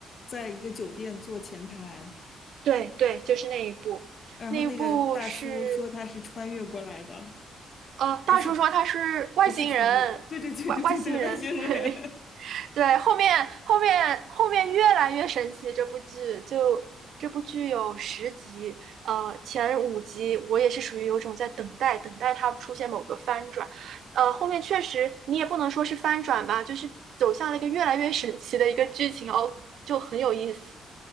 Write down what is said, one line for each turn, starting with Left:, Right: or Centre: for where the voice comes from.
Left: 在一个酒店做前台。
Right: 对对，就是那一部，
Left: 然后那个大叔说他是穿越过来的，
Right: 那一部是，呃，大叔说他是外星人，
Left: 不是不是穿越，对对对对对对，
Right: 外外星人，
Left: 外星人。
Right: 对。对，后面后面后面越来越神奇，这部剧就这部剧有十集，呃，前五集我也是属于有种在等待，等待它出现某个翻转，呃，后面确实你也不能说是翻转吧，就是走向了一个越来越神奇的一个剧情哦，就很有意思，